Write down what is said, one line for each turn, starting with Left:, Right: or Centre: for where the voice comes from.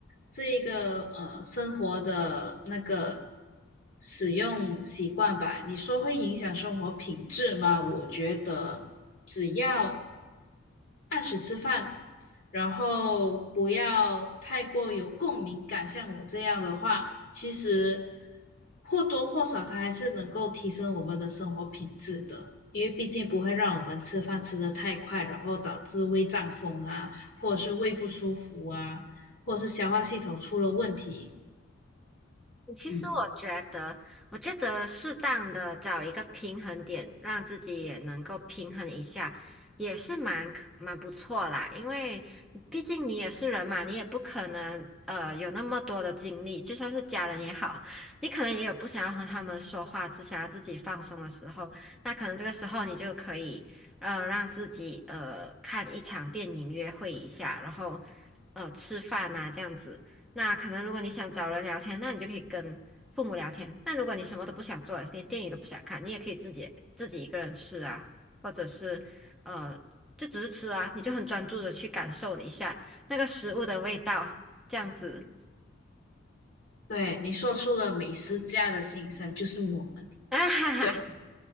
Left: 这一个呃生活的那个使用习惯吧，你说会影响生活品质吗？我觉得只要按时吃饭，然后不要太过有共鸣感，像我这样的话，其实或多或少它还是能够提升我们的生活品质的，因为毕竟不会让我们吃饭吃得太快，然后导致胃胀风啊，或者是胃不舒服啊，或者是消化系统出了问题。
Centre: 其实我觉得，
Left: 嗯，
Centre: 我觉得适当的找一个平衡点，让自己也能够平衡一下，也是蛮可蛮不错啦。因为毕竟你也是人嘛，你也不可能呃有那么多的精力，就算是家人也好，<laughs> 你可能也有不想要和他们说话，只想要自己放松的时候，那可能这个时候你就可以呃让自己呃看一场电影约会一下，然后呃吃饭啊这样子。那可能如果你想找人聊天，那你就可以跟父母聊天。但如果你什么都不想做，连电影都不想看，你也可以自己自己一个人吃啊，或者是呃，就只是吃啊，你就很专注的去感受一下那个食物的味道，这样子。
Left: 对，你说出了美食家的心声，就是我们。
Centre: <laughs> 啊哈哈，
Left: 对